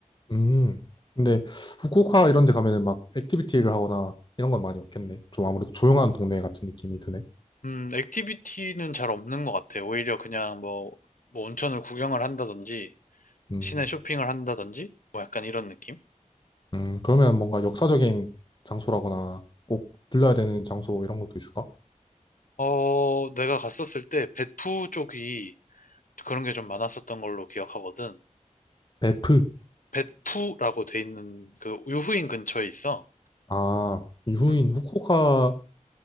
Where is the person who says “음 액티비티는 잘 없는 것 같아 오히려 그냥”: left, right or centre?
Left